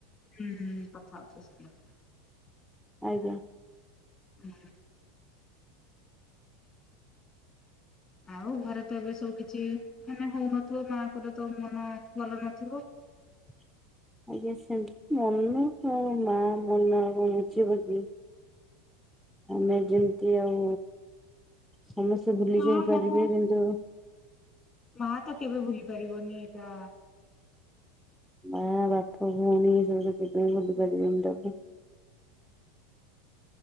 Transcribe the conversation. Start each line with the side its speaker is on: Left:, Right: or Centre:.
Left: ଉଁ କଥା ଆଉ ଥରେ <unintelligible>
Centre: ଆଜ୍ଞା।
Left: ଉଁ। ଆଉ ଘରେ ତ ଏବେ ସବୁ କିଛି ମାନେ ହଉନଥିବ ମାଙ୍କର ତ ମନ ଭଲ ନଥିବ
Centre: <inaudible> ଆଜ୍ଞା ସେମିତି ମନ ହଁ ମା ମନ ଆଉ କଣ ବୁଝିବ କି? ଆମେ ଯେମତି ଆଉ ସମସ୍ତେ ଭୁଲି
Left: ମା
Centre: ଯାଇପାରିବେ
Left: ମାନେ
Centre: କିନ୍ତୁ
Left: ମା ତ କେବେ ଭୁଲି ପାରିବନି ଏଇଟା।
Centre: ମାଆ, ବାପ, ଭଉଣୀ ସବୁ ତ କେବେ ବି ଭୁଲି ପାରିବେନି ତାକୁ।